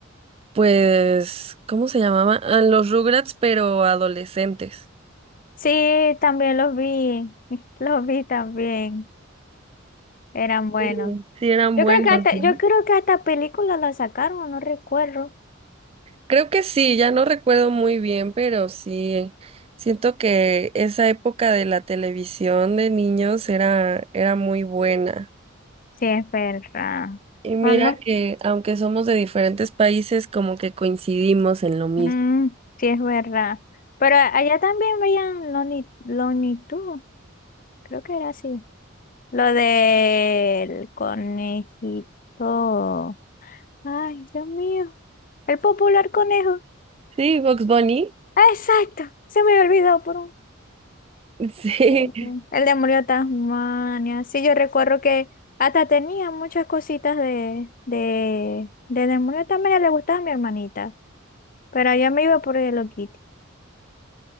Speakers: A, on the right; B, on the left.
A: pues, ¿cómo se llamaba? Ah, los Rugrats, pero adolescentes.
B: Sí, también los vi, <laughs> los vi también, eran buenos.
A: Sí, sí eran
B: Yo
A: buenos,
B: creo que hasta,
A: ¿no?
B: yo creo que hasta película la sacaron, no recuerdo.
A: Creo que sí, ya no recuerdo muy bien, pero sí, siento que esa época de la televisión de niños era, era muy buena.
B: Sí, es verdad.
A: Y mira
B: Vamos,
A: que aunque somos de diferentes países, como que coincidimos en lo mismo.
B: mm, sí es verdad. Pero allá también veían Lonnie, Lonnie Tunes. Creo que era así. Lo del conejito. Ay, Dios mío. El popular conejo.
A: Sí, Box Bunny.
B: Ah, Exacto. Se me había olvidado por un
A: <laughs> Sí.
B: segundo. El demonio de Tasmania. Sí, yo recuerdo que hasta tenía muchas cositas de, de, de demonio de Tasmania. Le gustaba a mi hermanita. Pero allá me iba por el Hello Kitty.